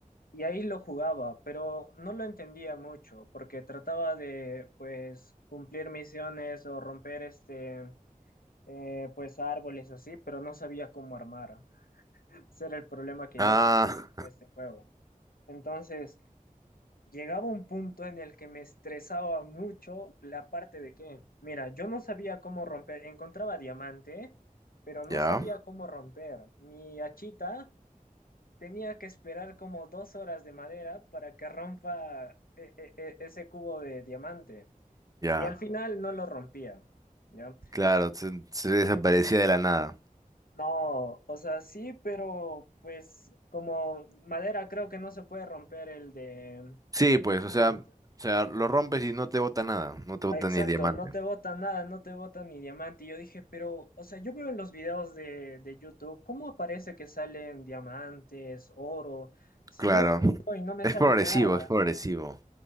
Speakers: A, on the left; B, on the right.
A: y ahí lo jugaba, pero no lo entendía mucho porque trataba de, pues, cumplir misiones o romper este, eh, pues, árboles así, pero no sabía cómo armar. <laughs> Ese era el problema que
B: Ah.
A: yo tuve en este juego. Entonces, llegaba un punto en el que me estresaba mucho la parte de que, mira, yo no sabía cómo romper, encontraba diamante, pero no
B: Ya,
A: sabía cómo romper. Mi hachita tenía que esperar como dos horas de madera para que rompa e- e- e- ese cubo de diamante.
B: ya,
A: Y al final no lo rompía. ¿Ya?
B: claro, se, se desaparecía de la nada.
A: No, o sea, sí, pero pues como madera creo que no se puede romper el de
B: Sí,
A: el
B: pues, o
A: diamante.
B: sea, o sea, lo rompes y no te bota nada, no te
A: Ah,
B: bota
A: Exacto,
B: ni el diamante.
A: no te botan nada, no te botan ni diamante. Y yo dije, pero, o sea, yo veo en los videos de, de YouTube, ¿cómo aparece que salen diamantes, oro? Si
B: Claro,
A: yo encuentro y no me
B: es
A: sale
B: progresivo,
A: nada.
B: es progresivo.